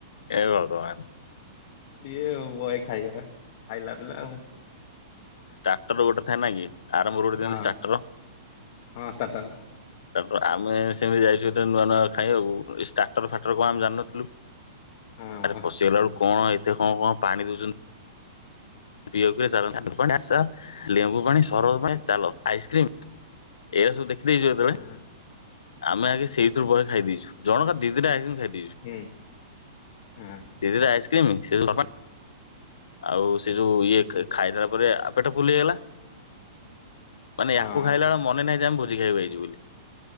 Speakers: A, on the left; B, on the left.
A: ଏ ଭଗବାନ।
B: ସିଏ ଅଉ ବଏ ଖାଇଗଲା ଖାଇଲାପ୍ ପିଲାଉ
A: ଷ୍ଟାର୍ଟର ଗୋଟେ ଥାଏ ନା କି ଆରମ୍ଭରୁ ଗୋଟେ ଦ୍ୟନ୍ତି
B: ହଁ
A: ଷ୍ଟାର୍ଟର
B: ହଁ ଷ୍ଟାର୍ଟର୍।
A: ତାପ୍ରେ ଆମେ ଏ ସେମିତି ଯାଇଛୁ ଯେତେବଳେ ନୂଆ ନୂଆ ଖାଇବାକୁ ଏ ଷ୍ଟାଟର ଫାଟର କଁ ଆମେ ଜାଣିନଥିଲୁ।
B: ହଁ
A: ଆରେ ପସିିଗଲାଳୁକୁ କଣ ଏତେ ହଁ କଣ ପାଣି ଦୋଉଚନ୍ତି। ପ୍ରିୟକେ ସାଳ <unintelligible> ଲେମ୍ବୁ ପାଣି ସରବତ ପାଣି ଚାଲ ଆଇସ୍କ୍ରିମ ଏ ସବୁ ଦେଖ୍ ଖି ଦେଇଛ ଯେତେବେଳେ
B: ହଁ
A: ଆମେ ଆଗେ ସେଇଥିରୁ
B: ଆଚ୍ଛା
A: ବହେ ଖାଇ ଦେଇଛୁ। ଜଣଙ୍କ ଦିଦିଟା ଆଇସ୍କ୍ରିମ ଖାଇଦ୍
B: ହୁଁ। ହଁ
A: ଦିଇ ଦିଇଟା ଆଇସ୍ <unintelligible> ଆଉ ସେ ଯୋଉ
B: ହଁ
A: ଇଏ କେ ଖାଇରବ୍ ତାପରେ ଆ ପେଟ ଫୁଲ୍ ହେଇଗଲା ମାନେ
B: ହଁ
A: ୟାକୁ ଖାଇଲା ବେଳେ ମନେ ନାହିଁ ଯେ ଆମେ ଭୋ ଜି ଖାଇବାକୁ ଆଇଛୁ ବୋଲି